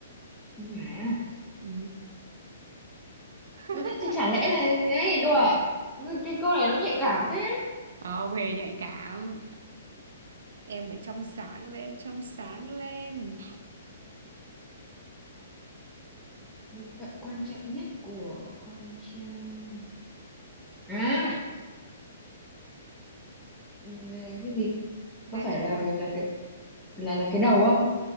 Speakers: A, in the centre; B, on the right.
A: không phải à
B: Ừ. <laughs>
A: Ủa, thế- thế chả lẽ là ấy đùa à? cái, cái câu này nó nhạy cảm thế
B: Không hề nhạy cảm. Em phải trong sáng lên, trong sáng lên.
A: bộ phận quan trọng nhất của con trai à ừ, cái gì có
B: Ra
A: phải
B: chưa?
A: là là cái là là cái đầu không